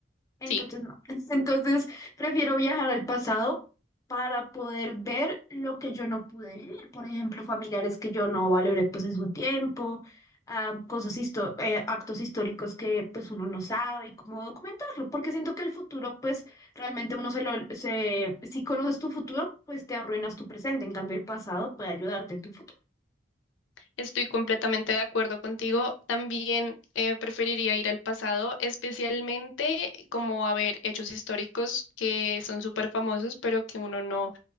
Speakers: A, on the left; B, on the left.
A: Entonces,
B: Sí.
A: no. <laughs> Entonces, prefiero viajar al pasado para poder ver lo que yo no pude vivir. Por ejemplo, familiares que yo no valoré pues en su tiempo, ah, cosas histo- eh, actos históricos que pues uno no sabe y cómo documentarlo. Porque siento que el futuro pues realmente uno se lo, se, si conoces tu futuro, pues te arruinas tu presente. En cambio, el pasado puede ayudarte en tu futuro.
B: Estoy completamente de acuerdo contigo. También eh, preferiría ir al pasado, especialmente como a ver hechos históricos que son súper famosos, pero que uno no,